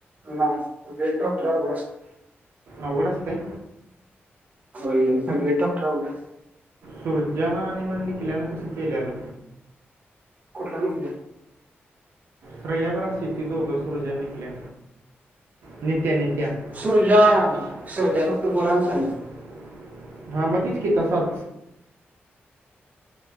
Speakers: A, on the right (about 35°); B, on the right (about 85°).
A: नाय मी डॉक्टर अवघड असते.
B: अवघड असतय?
A: <unintelligible>
B: सूरज्यां आणि म निकल्यानं कसं केलेलं?
A: पला
B: श्रेया बर असतेत ती दोघं सूरज्या, निघल्या, नित्या नित्या.
A: सुरजा
B: सूर्या सूर्या
A: सर्जा फक्त गुरांचा
B: कोणाचं?
A: आहे.
B: हा मधच की तसांच.